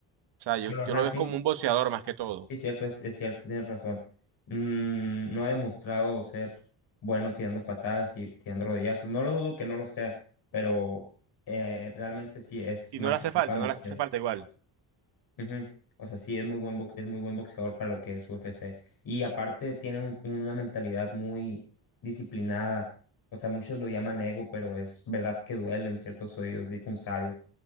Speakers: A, on the right; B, on the left.
A: sea, yo,
B: Bueno, ajá,
A: yo lo
B: sí.
A: veo como un boxeador más que todo.
B: Es cierto, es, es cierto, tienes razón. Mm, no ha demostrado ser bueno tirando patadas y tirando rodillazos. No lo dudo que no lo sea, pero eh, realmente sí es
A: Y
B: más
A: no le hace
B: enfocado
A: falta,
B: en
A: no
B: boxeo.
A: le hace falta igual.
B: Ujú. O sea, sí es muy buen bo- es muy buen boxeador para lo que es UFC. Y aparte tiene un- una mentalidad muy disciplinada. O sea, muchos lo llaman ego, pero es verdad que duele en ciertos oídos, dijo un sabio.